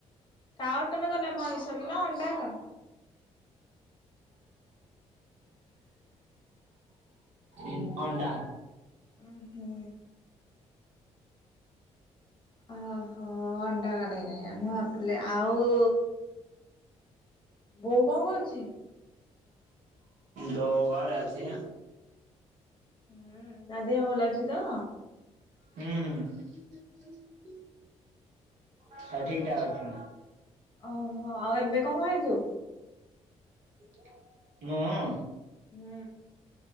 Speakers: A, on the left (about 40°); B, on the right (about 85°).
A: କାହା ଅଟୋରେ ଗଲ ମଣିସ୍ୱର ର ନା ଅଣ୍ଡାର?
B: ଉଁ ଅଣ୍ଡା।
A: ଉ ହୁଁ। ଓହୋ ଅଣ୍ଡା ଗାଡ଼ିରେ ମୁଁ ଭାବିଲି ଆଉ ବୋଉ କଣ କରୁଛି?
B: ବୋଉ ଘରେ ଅଛି।
A: ହୁଁ ତା ଦେହ ଭଲ ଅଛି ତ?
B: ହୁଁ ହୁଁ।
A: ହଁ
B: ସବୁ
A: ହ
B: ଠିକ୍ ଠାକ୍ ଅଛି
A: ଓହୋ ଆଉ ଏବେ କଣ ଖାଇଛୁ?
B: ମୁଁ?
A: ହୁଁ।